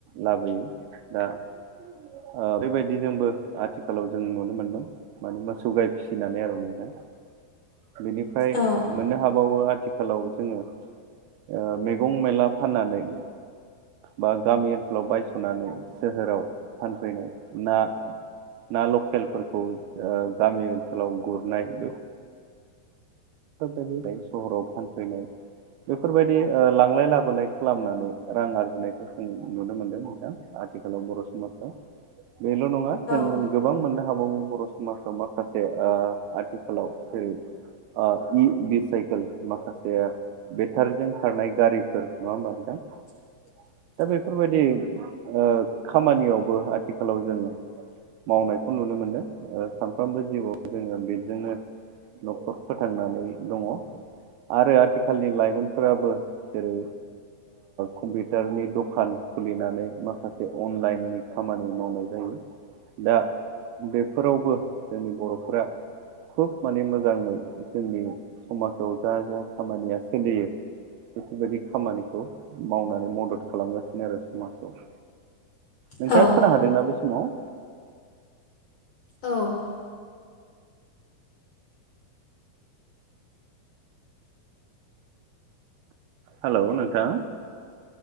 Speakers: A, on the right; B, on the left.
A: लाबोयो दा ओ बेबायदि जोंबो आथिखालाव जों नुनो मोनदों। माने मोसौ गाइ फिसिनानै आरो नोंथां
B: <inaudible>
A: बेनिफ्राय
B: औ
A: मोननो हाबावो आथि खालाव जोङो ओ मैगं मेला फाननानै बा गामि ओनसोलाव बायस'नानै सोहोराव फानफैनाय ना ना लकेलफोरखौ ओ गामि ओनसोलाव गुरनाय बे फोरखौ सहराव फानफैनाय बेफोरबायदि ओ लांलाय लाबोलाय खालामनानै रां आरजिनायखौ जों नुनो मोनदों नोंथां। आथिखालाव बर' समाजाव बेल' नङा जों
B: औ
A: गोबां मोननो हा हाबावो बर' समाजाव माखासे ओ आथिखालाव जेरै ओ इ बिसाइकोल माखासेया बेटारिजों खारनाय गारिफोर नङा ओमबा नोंथां?
B: <inaudible>
A: दा बेफोरबायदि ओ खामानियावबो आथिखालाव जोङो मावनायखौ नुनो मोनदों सानफ्रोमबो जिउआव जोङो बेजोंनो न'खर फोथांनानै दङ आरो आथिखालनि लाइमोनफोराबो जेरै कम्पिउटारनि दखान खुलिनानै माखासे अनलाइननि खामानि मावनाय जायो दा बेफोरावबो जोंनि बर'फोरा खुब माने मोजाङै जोंनि समाजाव जा जा खामानिया सोलियो बेफोरबायदि खामानिखौ मावनानै मदद खालामगासिनो आरो समाजाव नोंथाङा
B: औ
A: खोना हादोंना बे समाव
B: औ
A: हेल' नोंथां